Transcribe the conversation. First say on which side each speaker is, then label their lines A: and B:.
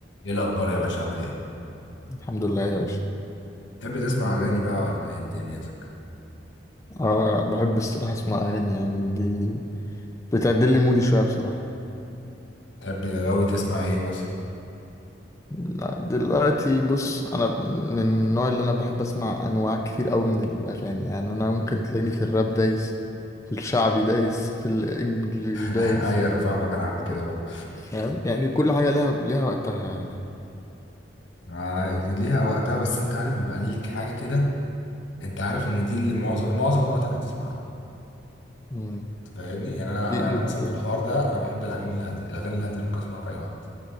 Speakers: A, on the left; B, on the left.
A: ايه الاخبار يا باشا عامل ايه
B: الحمد لله يا باشا
A: تحب تسمع اغاني بقى ولا ايه دنيتك
B: اه بحب الصراحة اسمع اغاني يعني دي بتعدل لي مودي شوية بصراحة
A: تحب غاوي تسمع ايه مثلا
B: لا، دلوقتي بص انا من النوع اللي انا بحب اسمع انواع كتير قوي من الاغاني يعني انا ممكن تلاقيني في الراب دايس في الشعبي دايس في الانجليش
A: <laughs>
B: دايس
A: اي انا فاهمك انا عامل كده برضه
B: فاهم يعني كل حاجة ليها ليها وقتها يعني
A: آه، ليها وقتها بس انت عارف بيبقى ليك حاجه كده انت عارف ان دي اللي معظم معظم وقتك هتسمعها
B: مم.
A: فاهمني يعني انا
B: دي
A: يعني
B: ممكن
A: انا مثلا في الحوار ده انا بحب الاغاني الهاديه الاغاني الهاديه اللي ممكن اسمعها في اي وقت